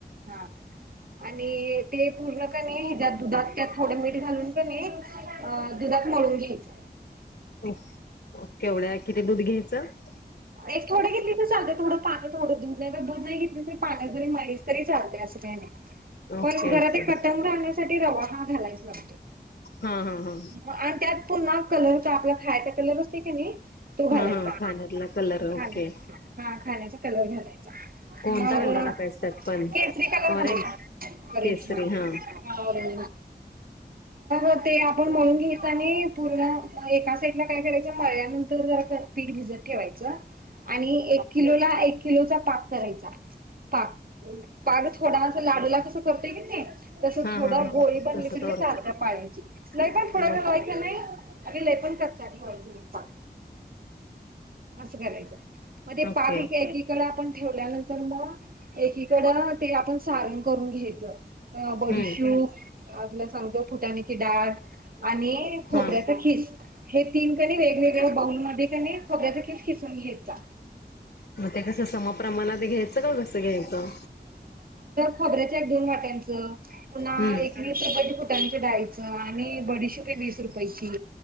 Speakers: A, on the right; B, on the left.
A: हा. आणि ते पूर्ण कणी दुधात त्या थोडे मीठ घालून कणी.. त्या दुधात मळून घ्यायच.
B: हो केवढ्या? किती दूध घ्यायचं
A: एक थोडे की चालत. थोडं पाणी थोडं दूध नाहीतर दूध नाही घेतल तरी पाण्यात जरी मळलिस तरी चालतेय काहीनाही.
B: ओके
A: पण.. जरा
B: ओके
A: ते कटम राहण्यासाठी रवा ना घालायाच लागतोय.
B: हा हा हा
A: आणि त्यात पुन्हा कलर का आपला खायचा कलर असते की नाही तो घालायचा.
B: हम् हम खाण्याला कलर ओके
A: खाण्या हा खाण्याचा कलर झा
B: कोणता
A: म
B: कलर टाकायचा त्यात पण
A: केसरी कलर
B: ऑरेंज
A: झाय रेंज
B: केसरी
A: रं
B: हा
A: अ ते आपण म्हणून घ्याच आणि पूर्ण एका साईडला काय करायच मळल्यानंतर तर जरा पीठ भिजत ठेवायच आणि एक किलोला एक किलोचा पाक करायचा पाग पाग थोडा अस लाडूला कस कते किती तसं
B: हां
A: थोडा
B: हां, हां.
A: गोळी बनली
B: तसं
A: तरी
B: तर
A: मी चालत पाण्याची नाही काय थोडा
B: ओ
A: वेवाय की नाही अगेले पण कच ठेवायच म असं करायचं म्हणे
B: ओके
A: पाकीकडे आपण ठेवल्यानंतर मग एकीकड ते आपण सारण करून घ्यायचं अ बडीशू
B: हम्म
A: तुला सांगतो फुटानीची डळ आणि खोबऱ्याचा
B: हा
A: खीस हे तीन कणी वेगवेगळे मध्ये खोबर्याख खिचून घ्यायचा
B: मग ते कस समप्रमाणात घ्यायचं का कसं घ्यायचं
A: खबर्याच एक दोन वाट्यांचं पुन्हा
B: हम्म
A: एकस टनच डायच आणि बडीशी प वीस रुपयेची